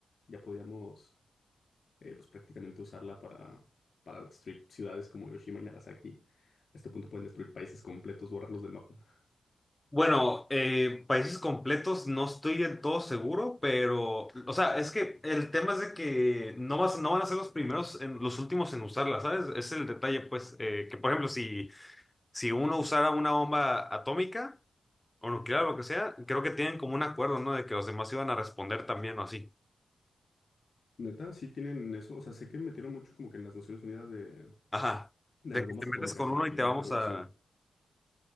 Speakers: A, on the left; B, on the left.
A: ya podíamos, eh, pues prácticamente usarla para, para destruir ciudades como Hiroshima y Nagasaki. A este punto pueden destruir países completos, borrarlos del mapa.
B: Bueno, eh, países completos no estoy del todo seguro, pero, o sea, es que el tema es de que no vas, no van a ser los primeros, en, los últimos en usarla, ¿sabes? Ese es el detalle, pues, eh, que por ejemplo, si, si uno usara una bomba atómica o nuclear o lo que sea, creo que tienen como un acuerdo, ¿no? De que los demás iban a responder también o así.
A: Neta, sí tienen eso. O sea, sé que metieron mucho como que en las Naciones Unidas de,
B: Ajá,
A: de
B: de
A: las bombas
B: que te metes
A: atómicas
B: con
A: y
B: uno y te
A: la
B: vamos
A: regulación.
B: a...